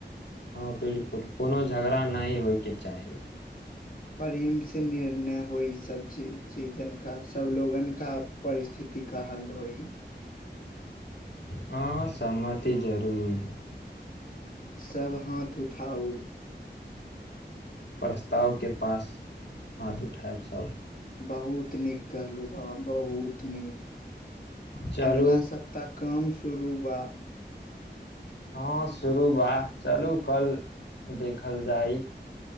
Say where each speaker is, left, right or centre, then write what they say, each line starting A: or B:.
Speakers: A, on the left; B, on the left.
A: हँ बिलकुल कोनो झगड़ा नहि होयके चाही
B: प्रेम से निर्णय होई सब ची चीजन का सब लोगन का पर स्थिति का हल होइ
A: हँ सहमति जरूरी है
B: सब हाथ उठाउ
A: प्रस्तावके पास हाथ उठायब सभ
B: बहुत नीक कहलहु बाबा बहुत नीक
A: चलू
B: अगला सप्ताह काम शुरूबा
A: हँ शुरू बा चलू कल देखल जाय